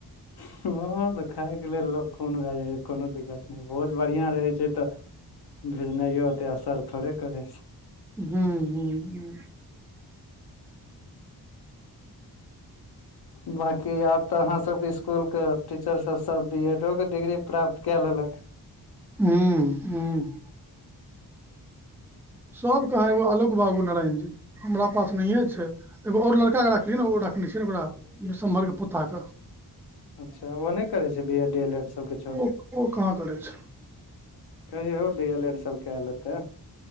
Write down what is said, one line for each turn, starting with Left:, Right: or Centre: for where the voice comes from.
Left: हँ तऽ खायकेँ लेल लोको खून भै जाइ छै कोनो दिक्कत नै भोज बढ़िआ रहै छै तऽ भीजनायो ओते असर थोड़े करै छै।
Centre: <unintelligible>
Left: बकी आब तऽ अहाँ सब कऽ इसकुल कऽ। टीचर सब सब बी एडो कऽ डिग्री प्राप्त कै लेलक।
Centre: <unintelligible> सब कहै ओ आलोक बाबू नारायण जी हमरा पास नै हे छै। एगो और लड़का कऽ राखलियै न ओ रखने छियै न ओकरा विषम्हर कऽ पोता कऽ।
Left: अच्छा ओ नहि करै छै B
Centre: <unintelligible>
Left: Ed D L Ed सब किछो
Centre: ओ ओ कहाँ करै छै।
Left: कहियौ डी एल एड सब कै लेतै।